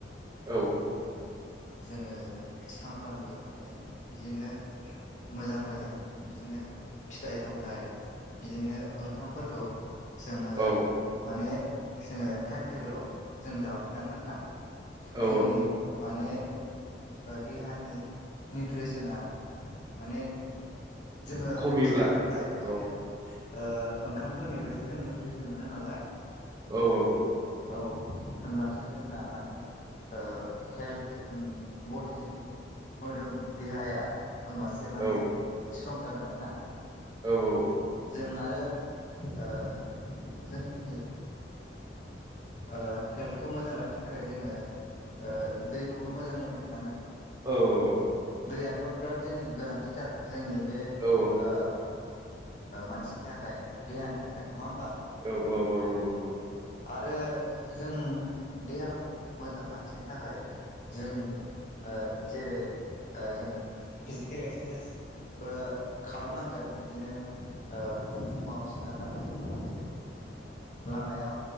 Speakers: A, on the right (about 20°); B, on the left (about 40°).
A: औ
B: जोङो सानफ्रामबो माने बिदिनो मोजां मोजां बिदिनो फिथाइ सामथाइ बिदिनो ओंखामफोरखौ जों मोजां
A: औ
B: माने जोङो टाइम टेबोलाव जों जाबाय थानांगोन आरो ना
A: औ
B: जोंनि माने ओ देहानि निउट्रिसना माने जोङो
A: खमियोब्ला
B: फिथाइ सामथाइ बिदिनो
A: औ
B: ओ ओंखामफोरनिफ्रायसो जों निउट्रिसन मोनो नालाय
A: औ औ
B: औ होनब्लासो जोंना माने ओ हेल्थ ओम बडि जोंनि मोदोम देहाया होमबासो माने
A: औ
B: स्ट्ं जागोन आरो ना
A: औ औ
B: जों आरो ओ जोंनि ओ हेल्थखौ मोजां लाखिनो थाखाय जोङो ओ दै खौबो मोजां लोंबाय थानांगोन।
A: औ औ औ
B: दैयाथ' बिराद जोंनि गोनांथिथार जोंनि बे
A: औ
B: ओ मानसिनि थाखाय देहानि थाखाय नङा होमबा?
A: औ औ औ नंगौ।
B: आरो जों देहाखौ मोजां लाखिनो थाखाय जोंनि ओ जेरै जों फिजिकेल एक्सारसाइसबो खालामनांगोन बिदिनो फुं फुङाव सिखारनानै जेरै जों लामायाव